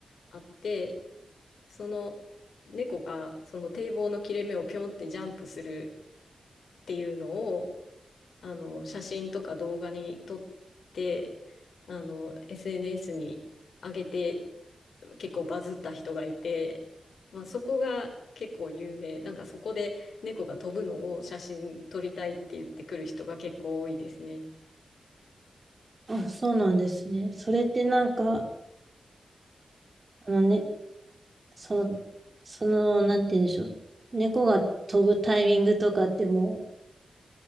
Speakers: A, on the left; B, on the right.
A: あって、その猫がその堤防の切れ目をピョンってジャンプするっていうのをあの、写真とか動画に撮って、あの、SNS に上げて、結構バズった人がいて、まあ、そこが結構有名。なんかそこで猫が飛ぶのを写真撮りたいって言ってくる人が結構多いですね。
B: あ、そうなんですね。それってなんか、あのね、その、その、なんて言うんでしょう。猫が飛ぶタイミングとかっても